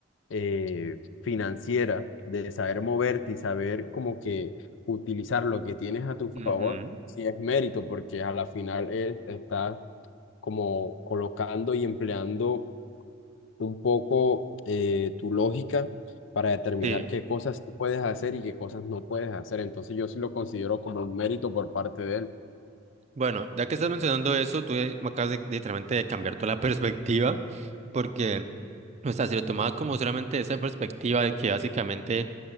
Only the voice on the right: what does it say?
Ujú.
Sí.
Bueno, ya que estás mencionando eso, tú eh, me acabas de, literalmente de cambiar toda la <laughs> perspectiva, porque O sea, si lo tomaba como solamente esa perspectiva de que básicamente,